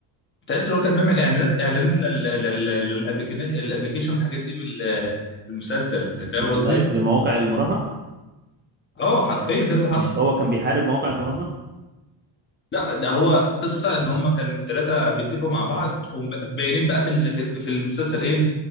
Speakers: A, on the left; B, on the right.
A: تحس ان هو كان بيعمل اعلانات اعلان لل- لل- للابليكيشن الابليكيشن والحاجات دي بال- بالمسلسل انت فاهم
B: والله
A: قصدي؟
B: لمواقع المراهنه
A: اه حرفيا ده اللي حصل
B: مش هو كان بيحارب مواقع المراهنه
A: لا ده هو قصه ان هم كانوا ثلاثه بيتفقوا مع بعض وباينين بقى في ال- في في المسلسل ايه